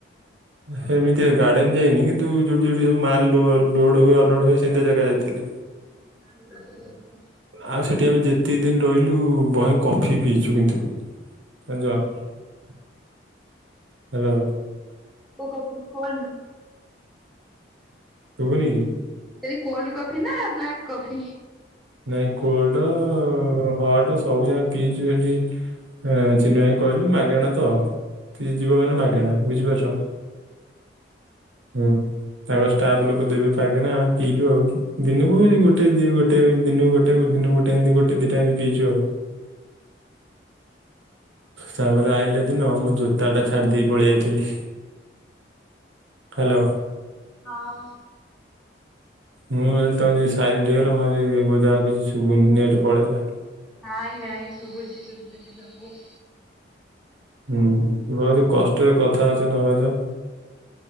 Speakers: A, on the right; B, in the centre.
A: <unintelligible> ଏମିତିଆ ଗାର୍ଡେନ୍ ଯାଇନି କିନ୍ତୁ ଯୋଉଠି ଯୋଉଠି ସବୁ ମାଲ ଲୋଡ ହୁଏ ଅଲୋଡ଼ ହୁଏ ସେମିତି ଜାଗା ଯାଇଥିଲି।
B: <unintelligible>
A: ଆଉ ସେଠି ଆମେ ଯେତିକି ଦିନ ରହିଲୁ ବହେ କଫି ପିଇଛୁ କିନ୍ତୁ। ହେଲୋ।
B: କୋଲଡ <unintelligible>
A: ସୁବୁନି କି?
B: ଯଦି କୋଲଡ କଫି ନା ବ୍ଲାକ୍ କଫି?
A: ନାଇଁ କୋଲଡ ହଟ ସବୁ ଜାକ ପିଇଛୁ ସେଠି ହ ଚିନ ଭାଇ କହିଲୁ ମାଗେଣା ତ। କି ଜୀବ ମାନେ ମାଗେଣା ବୁଝିପାରୁଛ ହୁଁ। ତାଙ୍କ ଷ୍ଟାଫ ଲୋକ ଦେବେ ମାଗଣା ଆମେ ପିଇଲୁ ଆଉ ଦିନକୁ ଏ ଗୋଟେ ଦି ଗୋଟେ ଦିନକୁ ଗୋଟେ ଦିନକୁ ଗୋଟେ ଏମତି ଗୋଟା ଦିଟା ଏମତି ପିଇଛୁ ଆଉ। ତାପରେ ଆଇଲା ଦିନ ମୁଁ ଜୋତା ଟା ଛାଡି ଦେଇେ ପଳେଇ ଯାଇଥିଲି। ହେଲୋ।
B: ହଁ।
A: ମୁଁ କହିଲି ତମେ ଯିମି ସାଇଲେଣ୍ଟ ହେଇଗଲା ମୁଁ ଭାବିଲି ବୋଧେ ଆଉ କିଛି ଶୁଭୁ ନି ନେଟ ପଳେଇଲା।
B: ନାଇଁ ନାଇଁ ଶୁଭୁଛି ଶୁଭୁଛି ସବୁ।
A: ହୁଁ ବହୁତ କଷ୍ଟରେ କଥା ଅଛ ନା ଭାଉଜ୍।